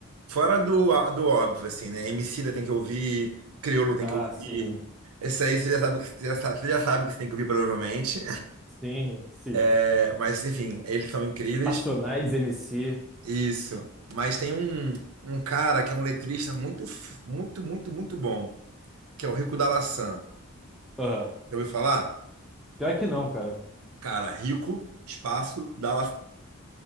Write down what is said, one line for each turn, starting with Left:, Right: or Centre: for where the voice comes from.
Right: Fora do, do óbvio, assim, né? Emicida tem que ouvir, Criolo tem
Centre: Ah,
Right: que ouvir.
Centre: sim,
Right: Esse aí você já sabe, que- você já sabe, você já sabe que você tem que ouvir, provavelmente.
Centre: sim, sim.
Right: É, mas, enfim, eles são incríveis.
Centre: Racionais MC.
Right: Isso. Mas tem um, um cara que é um letrista muito, f- muito, muito, muito bom, que é o Rico da Laçã.
Centre: Aham.
Right: Já ouviu falar?
Centre: Pior que não, cara.
Right: Cara, rico, espaço, da